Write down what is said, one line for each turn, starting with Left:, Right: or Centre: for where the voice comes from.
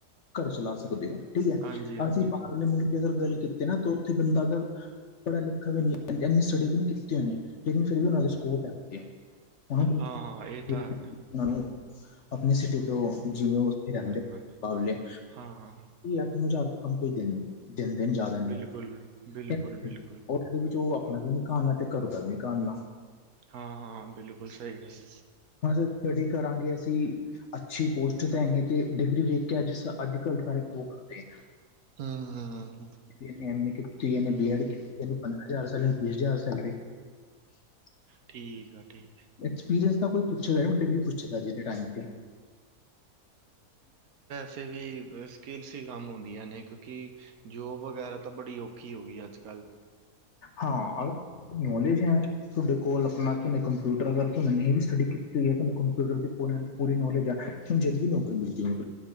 Left: ਘਰ ਚਲਾ ਸਕਦੇ ਹੋ ਠੀਕ ਹੈ
Right: ਹਾਂਜੀ-ਹਾਂਜੀ
Left: ਅਸੀਂ ਬਾਹਰਲੇ ਮੁਲਕ। ਦੀ ਅਗਰ ਗੱਲ ਕਿਤੀ ਨਾ ਤੋ ਉੱਥੇ ਬੰਦਾ ਅਗਰ। ਪੜਾ ਲਿਖਾ ਵੀ ਨਹੀਂ ਇੰਨੀ ਸਟੱਡੀ ਵੀ ਨੀ ਕੀਤੀ ਉਹਨੇ ਲੇਕਿਨ ਫਿਰ ਵੀ ਉਹਨਾਂ ਦੇ ਸਕੋਪ ਹੈ। ਉਹ
Right: ਹਾਂ-ਹਾਂ ਇਹ ਤਾਂ
Left: ਉਹਨਾਂ
Right: ਹੈ
Left: ਨੂੰ ਆਪਣੀ ਸਿਟੀ ਤੋਂ ਜਿਵੇਂ ਉਹ। <unintelligible> ਰਹਿੰ
Right: ਹਰਮਨ
Left: ਤੁਹਾ
Right: ਹਾਂ
Left: ਅੱਠ ਨੂੰ ਹਜ਼ਾਰ ਤੋਂ ਕੰਮ ਕੋਈ ਦਿਣ। <unintelligible> ਦੇਦਾ ਨਿ ਜ਼ਿਆਦਾ ਨ।
Right: ਬਿਲਕੁਲ-ਬਿਲਕੁਲ-ਬਿਲਕੁਲ
Left: <unintelligible> ਇਹਦੇ ਵਿੱਚ ਉਹ ਅਪਨਾ ਵੀ ਨੀ ਕਾਰਨਾ ਤੇ ਘਰ ਦਾ ਵੀ ਨੀ ਕਾਰਨਾ।
Right: ਹਾਂ-ਹਾਂ ਬਿਲਕੁਲ ਸਹੀ ਗੱਲ।
Left: ਹੁਣ ਸਟੱਡੀ ਕਰਾਂਗੇ ਅਸੀਂ ਅੱਛੀ ਪੋਸਟ ਤੇ ਹੈਗੇ ਤੇ ਡਿਗਰੀ ਵੇਖ। ਕਿ ਅੱਜ ਸਾਡਾ ਘਰ ਸਾਰਾ ਜੌਬ ਤੇ ਹ। <unintelligible>
Right: ਹੁ ਹੁ ਹੁ।
Left: ਇਹਨੇ ਐਮ ਏ ਕੀਤੀ ਇਹਨੇ ਬੀ ਐਡ ਕੀਤੀ ਇਹਨੇ ਪੰਦਰਾਂ ਹਜ਼ਾਰ ਸੈਲਰੀ ਬੀਹ ਹਜ਼ਾਰ ਸੈਲਰੀ। ਹ। <inaudible>
Right: ਠੀਕ ਆ ਠੀਕ।
Left: ਐਕਸਪੀਰੀੰਸ ਤਾ ਕੋਈ ਪੁੱਛਦਾ ਨੀ ਡਿਗਰੀ ਪੁੱਛਦਾ ਅੱਜ ਦੇ ਟਾਇਮ ਚ।
Right: ਕਿਤੇ ਵੀ ਸਕਿੱਲਸ ਹੀ ਕੰਮ ਆਂਦੀਆਂ ਨੇ ਕਿਉਂਕਿ ਜੋਬ ਵਗੈਰਾ ਤਾਂ ਬੜੀ ਔਖੀ ਹੋ ਗਈ ਅੱਜ ਕ।
Left: ਹਾਂ ਅਰ ਨੌਲੇਜ ਹੈ। ਤੁਹਾਡੇ ਕੋਲ ਅਪਨਾ ਤੁਹਨੇ ਕੰਪਿਊਟਰ ਅਗਰ ਤੁਹਾਨੂੰ ਵੀ ਸਟੱਡੀ ਕੀਤੀ ਹੋਈ ਹੈ ਤੁਹਾਨੂੰ ਕੰਪਿਊਟਰ ਦੀ ਪ। ਪੂਰੀ ਨੌਲੇਜ ਆ ਤੁਹਾਨੂੰ ਜਦ ਵੀ ਨੌਕਰੀ ਮਿਲਦੀ ਉਹ।